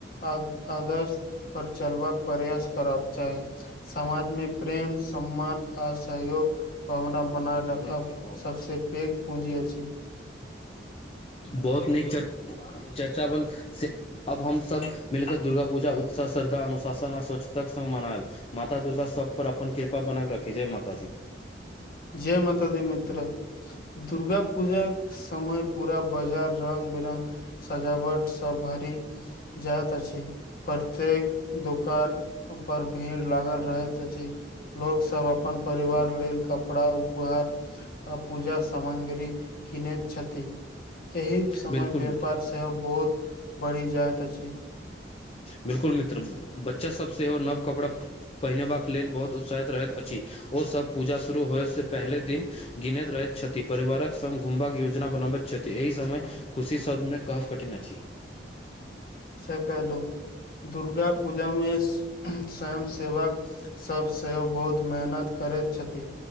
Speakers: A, on the left; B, on the left.
A: आ आदर्श पर चलबाक प्रयास करब चाही। समाजमे प्रेम सम्मान आ सहयोग भावना बना राखब
B: बोल
A: सबसे पैघ पूंजी अछि।
B: बहुत नीक चर चर्चा भेल से अब हम सब मिल कऽ दुर्गा पूजा उत्साह, श्रद्धा अनुशासन आ स्वच्छताक संग मनायब। माता दुर्गा सब पर अपन कृपा बनैब रखी। जय माता दी।
A: जय माता दी मित्र, दुर्गा पूजाक समय पूरा बाजार रंग बिरंग सजावट सब भरि जाइत अछि। प्रत्येक दुकान पर भीड़ लागल रहैत अछि। लोकसब अपन परिवार लेल क कपड़ा, उपहार आ पूजा सामग्री किनैत छथि। एहि समय
B: बिल्कुल मित्र
A: व्यापार सेहो बहुत बढ़ि जायत अछि।
B: बिलकुल मित्र, बच्चा सब सेहो नव कपड़ा पहिरबाक लेल बहुत उत्साहित रहैत अछि। ओसब पूजा शुरू होयसँ पहिले दिन गिनैत रहैत छथि। परिवारक संग घुमबाक योजना बनाबैत छथि। एहि समय खुशी शब्दमे कहब कठिन अछि।
A: सही कहलू, दुर्गा पूजा मे स्वयं सेवक सब सेहो बहुत मेहनत करैत छथि।